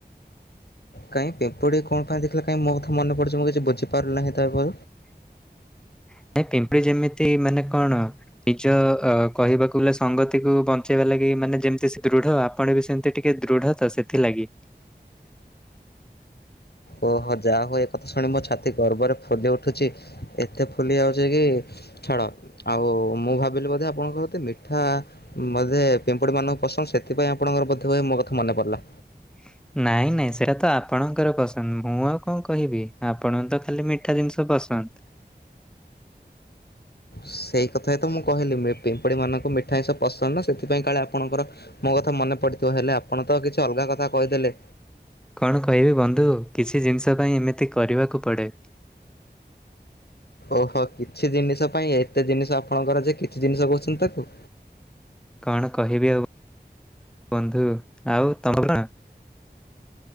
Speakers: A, on the left; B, in the centre.
A: କାଇଁ ପିମ୍ପୁଡି କଣ ପାଇଁ ଦେଖିଲ କାଇଁ ମୋ କଥା ମନେ ପଡଛି ମୁଁ କିଛି ବୁଝି ପାରୁିଲ ନାହିଁ ତରୁ
B: <inaudible> ନାଇ ପିମ୍ପୁଡି ଯେମିତି ମାନେ କଣ ନିଜ ଅ କହିବାକୁ ଗଲେ ସଂଗତିକୁ ବଞ୍ଚେଇବା ଲାଗ ମାନେ ଯେମିତି ସେ ଦୃଢ ଆପଣ ବି ସେମିତି ଟିକେ ଦୃଢ ତ ସେଥିଲାଗି। <inaudible>
A: ଓହୋ ଯାହା ହଉ ଏ କଥା ଶୁଣି ମୋ ଛାତି ଗର୍ବରେ ଫୁଲି ଉଠୁଛି ଏତେ ଫୁଲି ଯାଉଛି କି ଛାଡ ଆଉ ମୁଁ ଭାବିଲି ବୋଧେ ଆପଣଙ୍କତେ ମିଠା ବୋଧେ ପିମ୍ପୁଡି ମାନଙ୍କୁ ପସନ୍ଦ ସେଥିପାଇଁ ଆପଣଙ୍କର ବୋଧେହୁଏ ମୋ କଥା ମନେ ପଡିଲା।
B: <inaudible> ନାଇଁ ନାଇଁ ସେଇଟା ତ ଆପଣଙ୍କର ପସନ୍ଦ ମୁଁ ଆଉ କଣ କହିବି ଆପଣଙ୍କୁ ତ ଖାଲି ମିଠା ଜିନିଷ ପସନ୍ଦ। <inaudible>
A: ସେଇ କଥାଇ ତ ମୁଁ କହିଲି ପିମ୍ପୁଡି ମାନଙ୍କୁ ମିଠାଁ ସବୁ ପସନ୍ଦ ନା ସେଥିପାଇଁ କାଳେ ଆପଣଙ୍କର ମୋ କଥା ମନେ ପଡିଥିବ ହେଲେ ଆପଣ ତ କିଛି ଅଲଗା କଥା କହିଦେଲେ।
B: କଣ କହିବି ବନ୍ଧୁ କିଛି ଜିନିଷ ପାଇଁ ଏମିତି କରିବାକୁ ପଡ଼େ।
A: ଓହୋ କିଛି ଜିନିଷ ପାଇଁ ଏତେ ଜିନିଷ ଆପଣଙ୍କର ଯେ କିଛି ଜିନିଷ କହୁଛନ୍ତି ତାକୁ।
B: କଣ କହିବି ଆଉ ବନ୍ଧୁ ଆଉ ତମ କଣ?